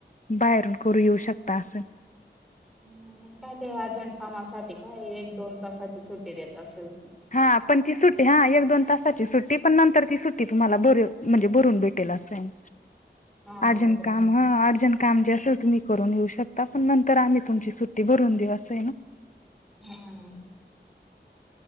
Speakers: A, on the left; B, in the centre.
A: बाहेरून करू येऊ शकता असं
B: हम्, काय ते अर्जंट कामासाठी काय एक दोन तासाची सुटी देत असल.
A: हां, पण ती सुट हा, एक दोन तासाची सुट्टी पण, नंतर ती सुट्टी तुम्हाला बर म्हणजे, भरून भेटेल अस यऽ
B: हा
A: अर्जन
B: बरोबर.
A: काम,, हा, अर्जन काम जसंऽ तुम्ही करून येऊ शकता,, पण नंतर आम्ही तुमची सुटी भरून देऊ असं आहे ना.
B: हम्म,